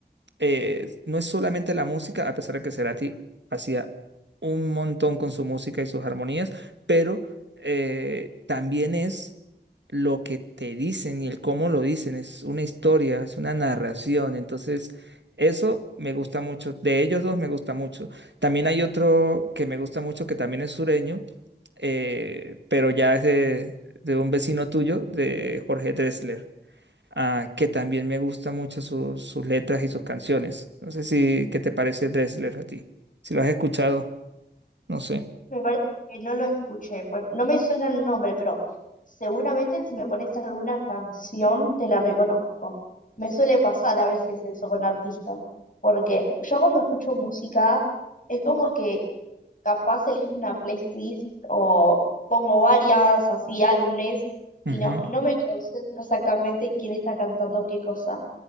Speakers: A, on the right; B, on the left.
A: eh, no es solamente la música, a pesar de que Cerati hacía un montón con su música y sus armonías, pero eh, también es lo que te dicen y el cómo lo dicen, es una historia, es una narración, entonces eso me gusta mucho, de ellos dos me gusta mucho. También hay otro que me gusta mucho que también es sureño, eh, pero ya es de, de un vecino tuyo, de Jorge Drexler ah, que también me gusta mucho sus sus letras y sus canciones. No sé si, ¿qué te parece Dressler a ti? Si lo has escuchado, no sé.
B: Me parece que no lo escuché. pues, No me suena el nombre, pero seguramente si me pones alguna canción te la reconozco. Me suele pasar a veces eso con artistas, porque yo cuando escucho música es como que capaz elijo una playlist o pongo varias así álbumes y
A: Ujú.
B: no, no me concentro exactamente quién está cantando qué cosa.